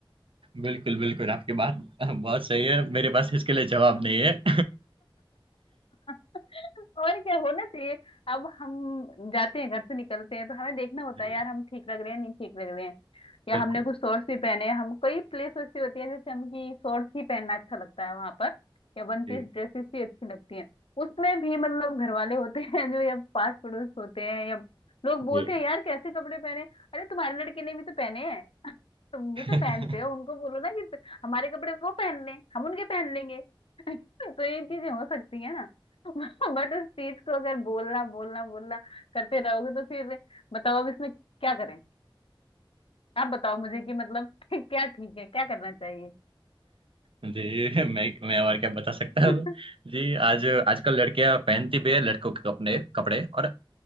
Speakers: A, on the right; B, on the left.
A: बिल्कुल बिल्कुल आपकी बात <laughs> बहुत सही है मेरे पास इसके लिए जवाब नहीं है
B: <laughs> और क्या होना चाहिए अब हम जाते हैं घर से निकलते हैं तो हमें देखना होता
A: जी
B: है यार हम ठीक लग रहे हैं नहीं ठीक लग रहे हैं या
A: बिल्कुल
B: हमने कुछ शॉर्ट्स भी पहने हैं हम कई प्लेस ऐसी होती है जैसे हम की शॉर्ट्स ही पहनना अच्छा लगता है वहां पर या वन पीस
A: जी
B: ड्रेसेस ही अच्छी लगती हैं उसमें भी मतलब घर वाले होते हैं जो या पास पड़ोस होते हैं या लोग बोलते
A: जी
B: हैं यार कैसे कपड़े पहने अरे तुम्हारे लड़के ने भी तो पहने हैं तुम
A: <laughs>
B: भी तो पहनते हो उनको बोलो ना कि त- हमारे कपड़े वो पहन लें हम उनके पहन लेंगे <laughs> तो ये चीजें हो सकती है ना <laughs> बट उस चीज को अगर बोलना बोलना बोलना करते रहोगे तो फिर बताओ अब इसमें क्या करें आप बताओ मुझे कि मतलब <laughs> क्या ठीक है क्या करना चाहिए
A: जी मैं मैं और क्या बता सकता
B: <laughs>
A: हूँ जी आज आजकल लड़कियां पहनती भी है लड़कों के अपने कपड़े और